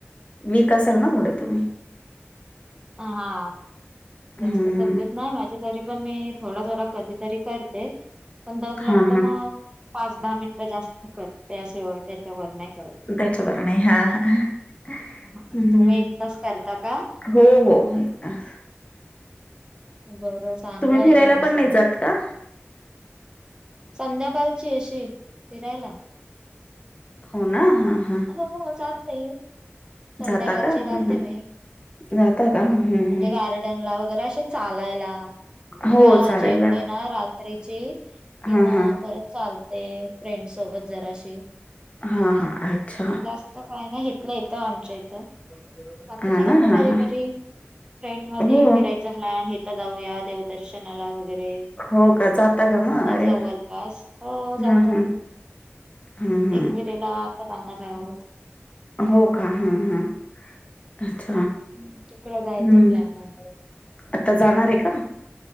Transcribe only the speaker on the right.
हा
जास्त तब्येत नाही माझी. तरी पण मी थोडा थोडा कधीतरी करते. पण दम लागतो
मग. पाच दहा मिनटं जास्त करते. त्याशिवाय त्याच्यावर नाही. करत
हा, तुम्ही
एक तास करता का?
बरं चांगलं आहे
तुमचं.
संध्याकाळ ची अशी फिरायला.
हो हो जात नाहीये. संध्याकाळचे
जाते
मी.
म्हणजे
गार्डनला वग चालायला किंवा
जेवले ना रात्रीची कि
मग
परत चालते. ते फ्रेंड सोबत जराशी
जास्त काय नाही इथल्या इथ आमच्या इथ
बाकीच्यांना
होत
कधी
तरी फ्रेंड मध्ये
फिरायचं प्लॅन हीथ जाऊया देव दर्शनाला वगैरे
म्हणजे
जवळपास
हो जातो.
एकविरेला आता जाणार आहोत.
हम्म तिकड जायचं
प्लॅन आहे. हो.